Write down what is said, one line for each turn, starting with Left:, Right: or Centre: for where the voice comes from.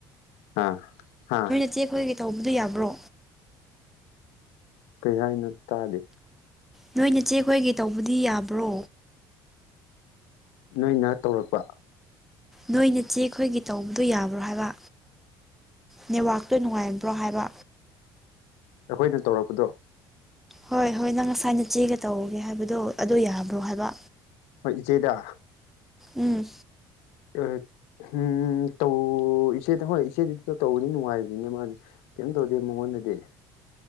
Left: ꯑꯥ ꯍꯥ
Centre: ꯏꯆꯦꯈꯣꯏꯒꯤ ꯇꯧꯕꯗꯨ ꯌꯥꯕ꯭ꯔꯣ
Left: ꯀꯩ ꯍꯥꯏꯅ ꯇꯥꯗꯦ
Centre: ꯅꯣꯏꯅ ꯆꯦ ꯈꯈꯣꯏꯒꯤ ꯇꯧꯕꯗꯤ ꯌꯥꯕ꯭ꯔꯣ
Left: ꯅꯣꯏꯅ ꯇꯧꯔꯛꯄ
Centre: ꯅꯣꯏꯅ ꯆꯦ ꯑꯩꯈꯣꯏꯒꯤ ꯇꯧꯕꯗꯣ ꯌꯥꯕ꯭ꯔꯣ ꯍꯥꯏꯕ ꯅꯦꯠꯋꯥꯛꯇꯣ ꯅꯨꯡꯉꯥꯏꯝꯕ꯭ꯔꯣ ꯍꯥꯏꯕ
Left: ꯑꯩꯈꯣꯏꯅ ꯇꯧꯔꯛꯄꯗꯣ
Centre: ꯍꯣꯏ ꯍꯣꯏ ꯅꯪ ꯉꯁꯥꯏꯅ ꯆꯦꯒ ꯇꯧꯒꯦ ꯍꯥꯏꯕꯗꯣ ꯑꯗꯨ ꯌꯥꯕ꯭ꯔꯣ ꯍꯥꯏꯕ
Left: ꯍꯣꯏ ꯏꯆꯦꯗ
Centre: ꯎꯝ
Left: ꯑ ꯎꯝ ꯇ ꯑꯣ ꯏꯆꯦꯗ ꯍꯣꯏ ꯏꯆꯦꯗꯗꯤ ꯇꯧꯕꯗꯤ ꯅꯨꯡꯉꯥꯏꯕꯅꯤꯅꯦ ꯃꯥꯗꯤ ꯀꯩꯝ ꯇꯧꯗꯦ ꯃꯉꯣꯟꯗꯗꯤ